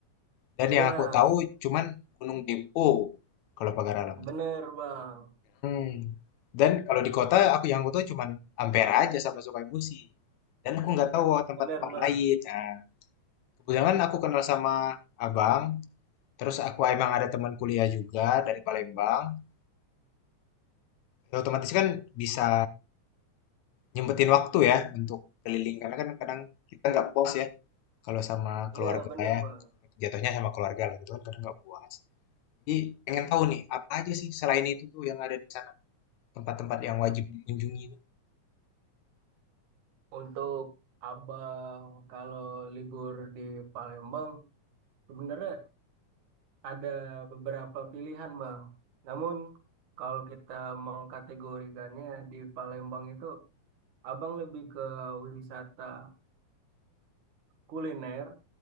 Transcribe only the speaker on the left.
Dan
yang aku tahu cuman Gunung Dempo kalau pagar alam.
Hmm. Dan kalau di kota aku yang aku tahu cuman Ampera aja sama Musi. Dan aku nggak tahu tempat-tempat
lain. Nah, kebetulan aku kenal sama abang, terus aku emang ada teman kuliah juga dari Palembang. Ya, otomatis kan bisa nyempetin waktu ya untuk keliling karena kan kadang kita nggak puas ya kalau sama
keluarga
ya
jatuhnya sama keluarga lah gitu kan kadang nggak puas jadi pengen tahu nih apa aja sih selain itu tuh yang ada di sana tempat-tempat yang wajib dikunjungi